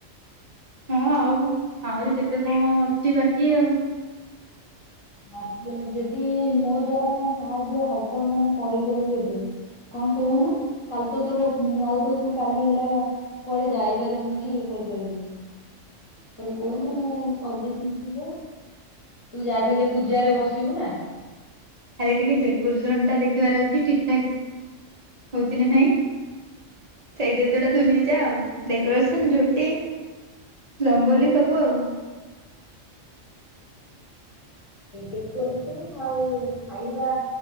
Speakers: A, on the right (about 40°); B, on the left (about 25°).
A: ହଁ ଆଉ ଆହୁରି କେତେ କଣ ଅଛି ବାକି ଆଉ।
B: ମତେ ଯଦି ମୋ ଦ୍ଵାରା କଣ ସାହାଯ୍ୟ ହବ ମାନେ କରିକରି ଦେବି। କଣ କହୁନୁ? କାଲି ତୁ ରଖୁନି ଆଉ ତ ତୁ କାଲି ହେଲା କୁଆଡେ ଯାଇପାରିବୁନି କି ଇଏ କରିପାରିବୁନି। ତାହଲେ କହୁନୁ ମୁଁ କରିଦେଇଥିବି ଥିଲେ ତୁ ଯାବି ହେଲେ ପୂଜାରେ ବସିବୁ ନା।
A: ଖାଲି ଟିକେ ଡେକୋରେସନ ଟା ଦେଖିବାର ଅଛି ଠିକ ଠାକ ହଉଛି କି ନାଇଁ ସେଇ ଦେତଟା ଟୁ ନେଇଯା ଆଉ ଡକୋରେସନ ଝୋଟି ରଙ୍ଗଲୀ ସବୁ ଆଉ।
B: ଡେକୋରେସନ ଆଉ ଖାଇବା